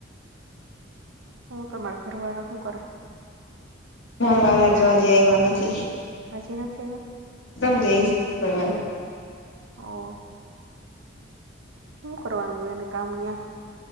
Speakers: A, on the right; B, on the left.
A: હું તમાર ઘરવાળા હું કરે?
B: હ અમારા
A: કે
B: હજુ હજી આઇવ્યા નથી
A: હજી નથી
B: સમજે એ <unintelligible> શું કર
A: ઓર શું કરવાનું હોય એને કામ અયાં